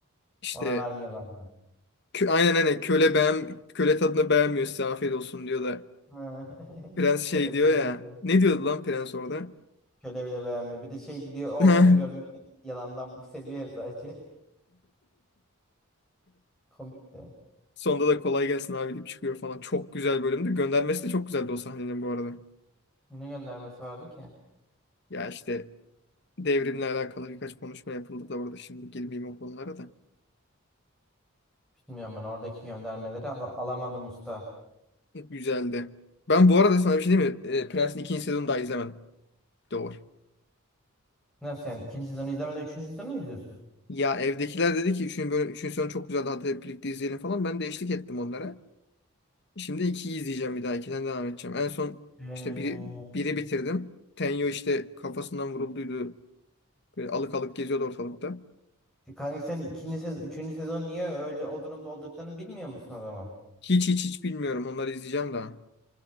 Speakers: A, on the left; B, in the centre.
A: İşte
B: Ona vermiyorlar.
A: kö- aynen aynen köle beğen köle tadını beğenmiyor size afiyet olsun diyor da
B: Ha. <laughs>
A: Prens şey
B: Köle
A: diyor
B: bile
A: ya.
B: beğenmiyor.
A: Ne diyordu lan prens orada?
B: Köle bile beğenmiyor. Bir de şey gidiyor olduğunu
A: <laughs>
B: görmeyi yalandan seviyor sadece. Komik de.
A: Sonda da kolay gelsin abi deyip çıkıyor falan. Çok güzel bölümdü. Göndermesi de çok güzeldi o sahnenin bu arada.
B: Ne göndermesi vardı ki?
A: Ya işte devrimle alakalı birkaç konuşma yapıldı da orada. Şimdi girmeyeyim o konulara da.
B: Bilmiyorum ben oradaki göndermeleri al- alamadım usta.
A: Güzeldi. Ben bu arada sana bir şey diyeyim mi? E, Prens'in ikinci sezonunu daha izlemedim. Doğru.
B: Nasıl yani ikinci sezonu izlemeden üçüncü sezonu mu izliyorsun?
A: Ya evdekiler dedi ki 3. bölüm, üçüncü sezon çok güzeldi hadi hep birlikte izleyelim falan. Ben de eşlik ettim onlara. Şimdi ikiyi izleyeceğim bir daha. ikiden devam edeceğim. En son
B: Ee,
A: işte biri, biri bitirdim. Tenyo işte kafasından vurulduydu. Böyle alık alık geziyordu ortalıkta.
B: E kanka sen ikinci sezon, üçüncü sezon niye öyle o durumda olduklarını bilmiyor musun o zaman?
A: Hiç hiç hiç bilmiyorum. Onları izleyeceğim daha.